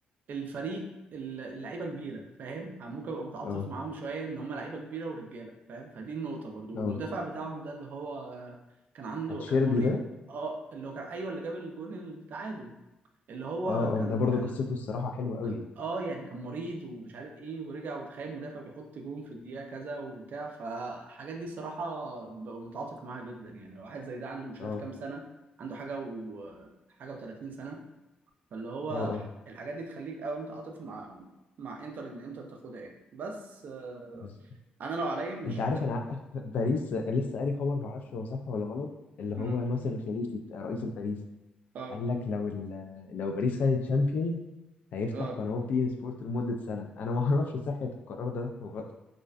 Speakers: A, on the right; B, on the left.
A: الفريق الل- اللعيبه كبيره فاهم ممكن ابقى متعاطف
B: اه
A: معاهم شويه ان هم لعيبه كبيره ورجاله فاهم فدي النقطه برضو
B: اه
A: والمدافع بتاعهم ده اللي هو آه، كان عنده
B: اتشيربي
A: كان مريء
B: ده
A: اه اللي هو كان ايوه اللي جاب الجون التعادل اللي هو
B: اه
A: كان
B: اه ده برضه
A: كان
B: قصته الصراحة حلوة قوي
A: كان- اه يعني كان مريض ومش عارف ايه ورجع وتخيل مدافع بيحط جون في الدقيقة كذا وبتاع فالحاجات دي صراحة ببقى متعاطف معاها جدا يعني لو واحد زي ده عنده مش
B: اه
A: عارف كام سنة عنده حاجة و حاجة و30 سنة فاللي هو
B: اه اه
A: ح- الحاجات دي تخليك قوي متعاطف مع مع انتر ان انتر تاخدها يعني بس آه،
B: بس
A: انا لو عليا مش
B: انت عارف
A: ده
B: انا ع- <laughs> باريس لسه قاري خبر ما اعرفش هو صح ولا غلط اللي
A: مم.
B: هو ناصر الخليفي بتاع رئيس الباريس
A: اه
B: قال لك لو ال... لو باريس خدت تشامبيونز هيفتح
A: اه
B: قناه بي ان سبورت لمده سنه انا ما اعرفش صحه القرار ده هو